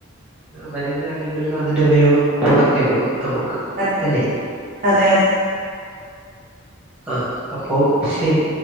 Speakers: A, in the centre; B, on the right.
A: വരും കാലങ്ങളിലും അതിന്റെ ഉപയോഗം കൂടത്തേ ഉള്ളൂ നമുക്ക്
B: അതെ
A: അല്ലെ
B: അതെ അതെ
A: ആ അപ്പൊ ശരി